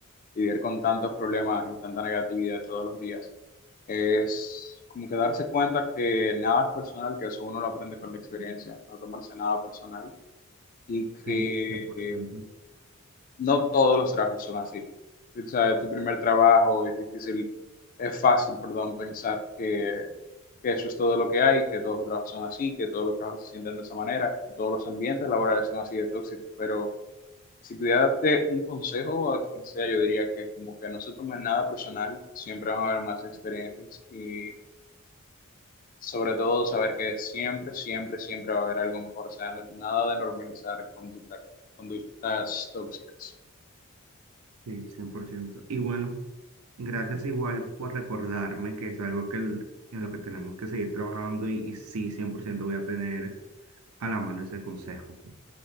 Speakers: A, on the left; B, on the right.
A: vivir con tantos problemas y tanta negatividad todos los días. Es como que darse cuenta que nada es personal, que eso uno lo aprende con la experiencia, no tomarse nada personal y que
B: Sí, cien por
A: eh,
B: ciento
A: no todos los trabajos son así. O sea, tu primer trabajo es difícil, es fácil, perdón, pensar que, que eso es todo lo que hay, que todos los trabajos son así, que todos los trabajos se sienten de esa manera, que todos los ambientes laborales son así de tóxicos, pero si pudiera darte un consejo a quien sea, yo diría que es como que no se tomen nada personal, siempre van a haber más experiencias y sobre todo saber que siempre, siempre, siempre va a haber algo mejor, o sea, nada de normalizar conductas, conductas tóxicas.
B: Sí, cien por ciento Y bueno, gracias igual por recordarme que es algo que el- en lo que tenemos que seguir trabajando y, y sí, 100% voy a tener a la mano ese consejo.